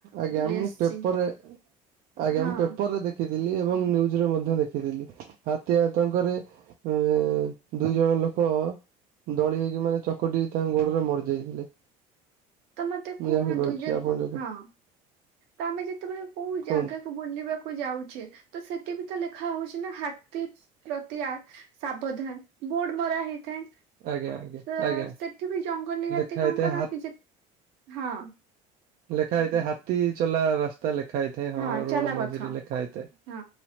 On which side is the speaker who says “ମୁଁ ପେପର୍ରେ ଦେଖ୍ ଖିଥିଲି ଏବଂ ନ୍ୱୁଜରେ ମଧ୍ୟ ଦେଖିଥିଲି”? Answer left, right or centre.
Right